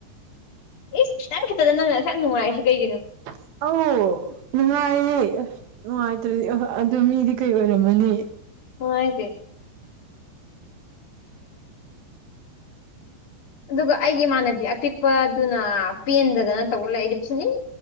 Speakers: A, on the left (about 45°); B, on the right (about 75°).
A: ꯏꯁ ꯈꯤꯇꯪ ꯈꯤꯇ‌ꯪꯗ ꯅꯪꯅ ꯑꯁꯨꯛꯌꯥꯝ ꯅꯨꯡꯉꯥꯏꯔꯤꯁ‌ꯦ ꯀꯩꯒꯤꯅꯣ
B: <inaudible> ꯑꯧ ꯅꯨꯡꯉꯥꯏꯌꯦ ꯅꯨꯡꯉꯥꯏꯇ꯭ꯔꯗꯤ ꯑꯥ ꯑꯗꯨ ꯃꯤꯗꯤ ꯀꯩ ꯑꯣꯏꯔꯝꯃꯅꯤ
A: ꯅ‌ꯣ ꯍꯥꯏꯖ‌ꯦ ꯑꯗꯨꯒ ꯑꯩꯒꯤ ꯏꯃꯥꯟꯅꯕꯤ ꯑꯄꯤꯛꯄꯗꯨꯅ ꯄꯦꯟꯗꯗꯅ ꯇꯧꯔ ꯂꯩ ꯑꯩꯗꯤ ꯐꯨꯅꯤꯡ